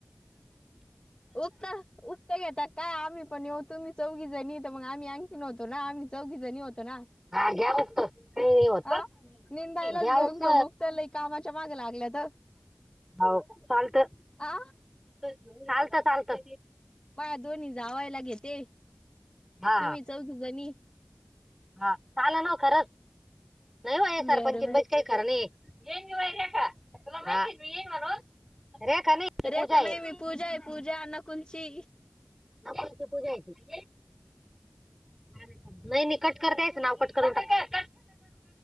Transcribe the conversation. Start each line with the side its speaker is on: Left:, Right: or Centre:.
Left: <unintelligible> त घेता का आम्ही पण येऊ तुम्ही चौघी जणी येते मंग आम्ही आणखीन होतो ना आम्ही चौघी जणी होतो ना.
Centre: हा घ्या उक्त काही नाही होत
Left: आ? निंदाआईलाच
Centre: घ्या
Left: घेऊन
Centre: उक्त
Left: गेलो त्या लई कामाच्या मागं लागल्यात. तर
Centre: हाव चालतं
Left: आ
Centre: चालतं चालतं.
Left: माया दोन्ही जावायला घेते
Centre: हा हा
Left: तुम्ही चौगी बणी.
Centre: हा चाला ना ओ खरंच. नाही बाई हे सरपंचिन
Left: बर बर
Centre: बाईचं काही खरं नाही. तुला माहितीये मी म्हणून, रेखा नाही ती
Left: रेखा
Centre: पूजा आहे.
Left: नाही मी पूजा आहे पूजा नकुलची
Centre: नाव कोणती पूजा येती. नाही नाही कट करते याचं नाव कट करून टाक.